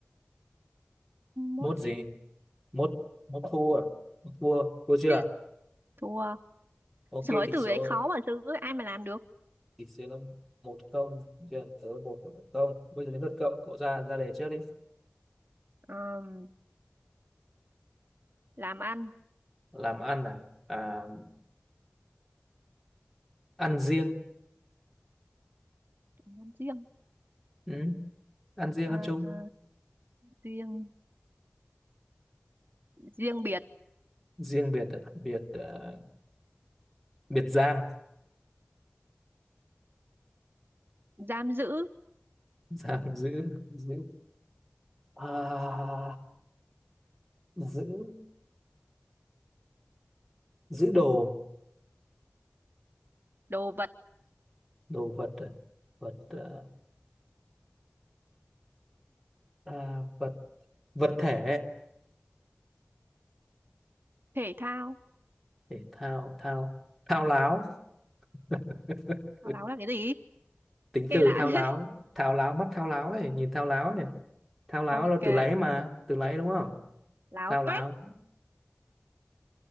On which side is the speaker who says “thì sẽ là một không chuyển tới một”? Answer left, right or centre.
Centre